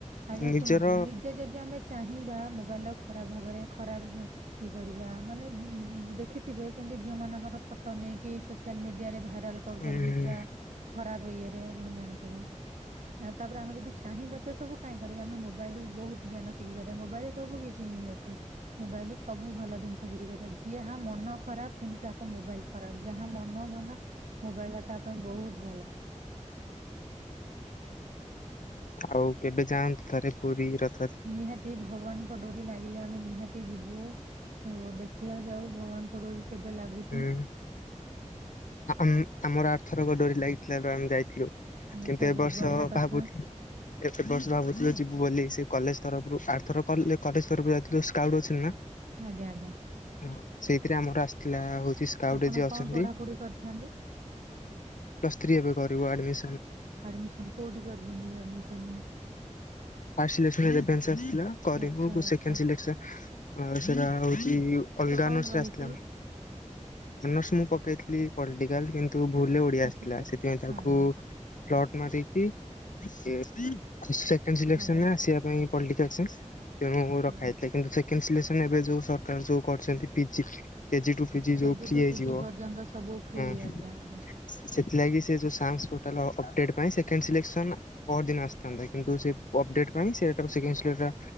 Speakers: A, on the right; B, on the left.
A: ଆଜ୍ଞା
B: ନିଜର
A: ଶୁଣନ୍ତୁ ନିଜେ ଯଦି ଆମେ ଚାହିଁବା ମୋବାଇଲ ର ଖରାପ ଭାବରେ ଖରାପ ଇଏ କରିବା ମାନେ ଦେଖିଥିବେ କିନ୍ତୁ ଝିଅ ମାନଙ୍କର ଫଟୋ ନେଇ ନେଇକି ସୋସିଆଲ ମିଡିଆରେ ଭାଇରାଲ କରୁଛନ୍ତି
B: ଉଁ
A: ପୁରା ଖରାପ ଇଏରେ ଆପଣ ଜାଣିଥିବେ। ଆଉ ତାପରେ ଆମେ ଯଦି ଚାହିଁବା ସେ ସବୁ କାହିଁ କରିବା ଆମେ ମୋବାଇଲୁରୁ ବହୁତ ଜ୍ଞାନ ଶିଖିପାରିବା ମୋବାଇଲରେ ସବୁ କିଛି ହିଁ ଅଛି। ଅଛି ମୋବାଇଲରେ ସବୁ ଭଲ ଜିନିଷ ଶିଖି ପାରିବା ଯିହା ମନ ଖରାପ କିନ୍ତୁ ତାକୁ ମୋବାଇଲ ଖରାପ ଯାହା ମନ ଭଲ ମୋବାଇଲ ଟା ତା ପାଇଁ ବହୁତ ଭଲ। ହ
B: ଆଉ କେବେ ଯାଆନ୍ତୁ ଥରେ ପୁରୀ ର
A: ନିହାତି ଭଗବାନଙ୍କ ଡୋରି ଲାଗିଲେ ଆମେ ନିହାତି ଯିବୁ। ବୁ ଦେଖିବା ଯାଉ ଭଗବାନଙ୍କ ଡୋରି କେବେ ଲାଗୁଛି।
B: ହୁଁ ଆମ ଆମର ଆରଥରକ ଡୋରି ଲାଗିଥିଲାରୁ ଆମେ ଯାଇଥିଲୁ।
A: ଆଚ୍ଛା
B: କିନ୍ତୁ ଏ
A: ବହୁତ
B: ବର୍ଷ
A: ବଢିଆ କଥା
B: ଭାବୁଥିଲ ଏତେ ବର୍ଷ ଭାବୁଥିଲ ଯିବୁ ବୋଲି ସେ କଲେଜ ତରଫରୁ ଆରଥରକ କଲେ କଲେଜ ତରଫରୁ ଯାଇଥିଲ ସ୍କାଉଟ୍ ଅଛି ନା।
A: ଆଜ୍ଞା ଆଜ୍ଞା।
B: ହଁ ସେଇଥିରେ ଆମର ଆସିଥିଲା ହୋ ଛି ସ୍କାଉଟରେ
A: ଆପଣ
B: ଯିଏ ଅଛନ୍ତି।
A: କଣ ପଢାପଢି କରିଥାନ୍ତି
B: ପ୍ଲସ ଥ୍ରି ଏବେ କରିବୁ ଆଡମିସ
A: ଆଡମିସନ କୋଉଠି କରିଛନ୍ତି ଆଡମିସନ?
B: ଫାଷ୍ଟ ସିଲେକ୍ସନ ରେଭେନ୍ସା ଆସିଥିଲା କରିବୁ
A: ଆଚ୍ଛା ଆଚ୍ଛା
B: ସେକେଣ୍ଡ ସିଲେକ୍ସନ ଅ ସେଟା ହଉଛି ଅଲଗା
A: କଣ
B: ଅନର୍ସ
A: ରହିଛି
B: ରେ ଆସିଥିଲା। ଅନର୍ଷ ମୁଁ ପକେଇଥିଲି ପଲଟିକାଲ କିମ୍ ତୁ ଭୁଲରେ ଓଡିଆ
A: ଆସିଛି
B: ଆସିଥିଲା ସେଥିପାଇଁ ତାକୁ
A: ଆଜ୍ଞା।
B: ଫ୍ଲଟ ମାରିକି ସେ ସେ ସେକେଣ୍ଡ ସିଲେକସନରେ
A: ଆଜ୍ଞା
B: ଆସିବା ପାଇଁ ପଲଟିକାଲ ସାଇନ୍ସ ତେଣୁ ରଖାହେଇଥିଲା।
A: ହଉ
B: କିନ୍ତୁ ସେ କେଣ୍ଡ୍ ସିଲେକ୍ସନରେ ଏବେ ଯୋଉ ସରକାର ଯୋଉ କରିଛନ୍ତି ପିଜି କେଜି ଟୁ ପିଜି
A: କେଜି
B: ଯଉ ଫ୍ରି
A: ଟୁ
B: ହେଇଯିବ
A: ପିଜି ପର୍ଯ୍ୟନ୍ତ ସବୁ ଫ୍ରି
B: ହଁ
A: ଆଜ୍ଞା ଆଜ୍ଞା।
B: ସେ ସେଥିଲାଗି ସେ ଯୋଉ ସାସଂ ପୋର୍ଟାଲ ଅ ଅପଡେଟ ପାଇଁ ସେକେଣ୍ଡ ଶିଲେକ୍ସନ ପଅର ଦିନ ଆସିଥାନ୍ତା କିନ୍ତୁ ସେ ଅପଡେଟ ଥିପାଇଁ ସେ ହେଟାକୁ ସେକେଣ୍ଡ ସିଲେକ୍ ଟା